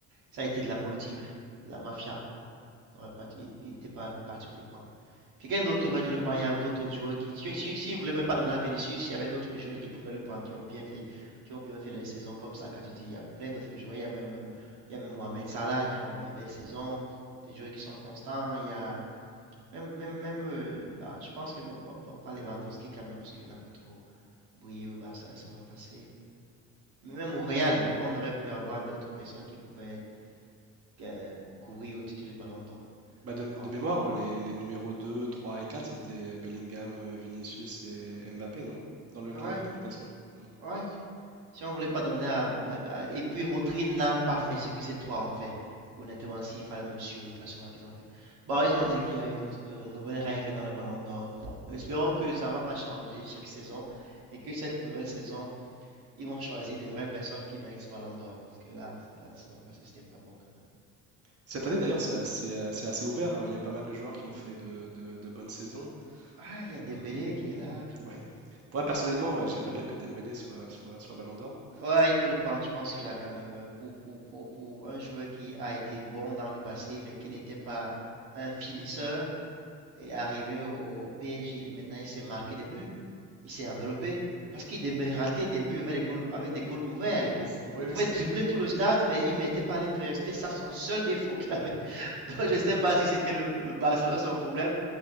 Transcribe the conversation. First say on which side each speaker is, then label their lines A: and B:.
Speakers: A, on the right; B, on the right.
A: ça a été de la politique, de la mafia. n'aurait pas- il n'était pas parti pour le prendre. Quelqu'un d'autre aurait dû le prendre. Il y a d'autres joueurs qui. Si, si, si il ne voulait même pas donner à Vinicius, il y avait d'autres joueurs qui pouvaient le prendre, qui ont bien fait, qui ont bien fait les saisons comme ça. Quand tu dis, il y a plein d'autres joueurs. Il y a même, euh, il y a même Mohamed Salah qui ont eu des belles saisons, des joueurs qui sont constants. Il y a même, même, même euh, bah, je pense que même, bon, on parle Lewandowski quand même parce qu'il n'a pas trop brillé au Barça la saison passée. Mais même au Real, il- on aurait pu avoir d'autres personnes qui pouvaient euh, courir au titre de Ballon d'Or.
B: Bah, de,
A: Bon,
B: de mémoire, les, les numéros 2 3 et 4 c'était Bellingham, euh, Vinicius et Mbappé, non? Dans le, cla-
A: ouais.
B: dans le classement. Hmm.
A: Ouais, si on voulait pas donner à, à- à- Et puis Rodri n'a pas fait ce que ces trois ont fait. Honnêtement, s'il fallait même suivre le classement qu'ils ont fait. Bon, ils ont dit qu'il y a eu d'autres euh, nouvelles règles dans le ballon d'or. Bon, espérons que ça va pas changer chaque saison et que cette nouvelle saison, ils vont choisir des vraies personnes qui méritent ce ballon d'or. Parce que là, c'est la saison passée, c'était pas bon quand même.
B: Cette année d'ailleurs, c'est assez, heu, c'est assez ouvert, heu, il y a pas mal de joueurs qui ont fait de de de bonnes saisons.
A: Ah, il y a Dembélé
B: Hem,
A: qui est là quand même.
B: ouais. Moi personnellement, ouais, j'aimerais bien que Dembélé soit soit soit Ballon d'or.
A: Ouais, il peut le prendre. Je pense qu'il a quand même euh, pour, pour, pour, pour un joueur qui a été bon dans le passé, mais qui n'était pas un finisseur. est arrivé au, au PSG. Maintenant, il s'est marqué des buts. Il s'est enveloppé. Parce qu'il Dembélé ratait des buts avec des goals, avec des goals ouverts à l'époque.
B: C oui,
A: Il
B: oui,
A: pouvait
B: c'est
A: dribbler
B: vrai.
A: tout le stade, mais il ne mettait pas à l'intérieur. C'était ça son seul défaut qu'il avait. <laughs> Donc je ne sais pas si c'était le, le, Barcelone son problème